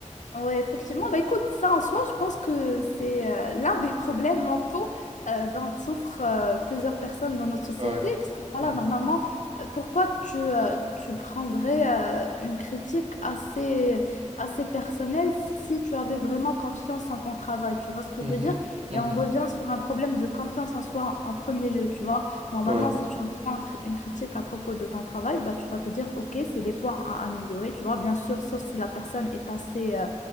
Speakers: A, on the left; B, on the right.
A: Oui, effectivement. Bah, écoute, ça en soi, je pense que c'est euh, l'un des problèmes mentaux euh, dont souffrent euh, plusieurs personnes dans notre société.
B: Ouais.
A: Parce que voilà,
B: Mhm.
A: normalement, euh, pourquoi tu, euh, tu prendrais euh, une critique assez, assez personnelle si tu avais vraiment confiance en ton travail? Tu vois ce que
B: Mhm.
A: je veux dire?
B: Mhm.
A: Et on revient sur un problème de confiance en soi en, en premier lieu. Tu vois, normalement,
B: Ouais.
A: si tu reçois un cri- une critique à propos de ton travail, bah, tu vas te dire, OK, c'est des points à améliorer. Tu vois, bien sûr, sauf si la personne est assez... euh,